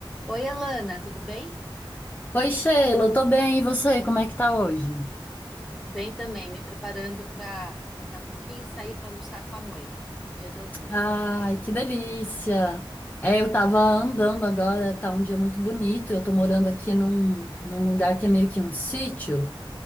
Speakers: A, in the centre; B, on the left (about 20°).
A: Oi, Alana, tudo bem?
B: Oi, Sheila, tô bem, e você? Como é que tá hoje?
A: Bem também, me preparando para daqui a pouquinho sair para almoçar com a mãe, Dia das Mães.
B: Ai, que delícia! É, eu tava andando agora, tá um dia muito bonito. Eu tô morando aqui num, num lugar que é meio que um sítio,